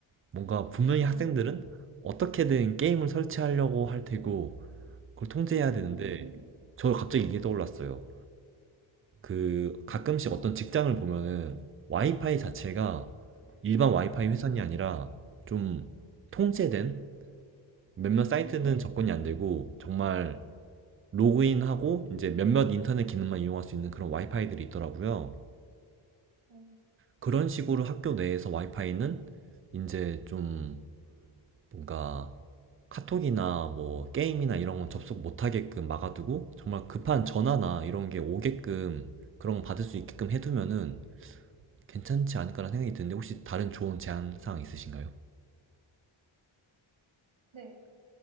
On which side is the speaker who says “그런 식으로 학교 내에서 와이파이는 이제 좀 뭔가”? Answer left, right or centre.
Right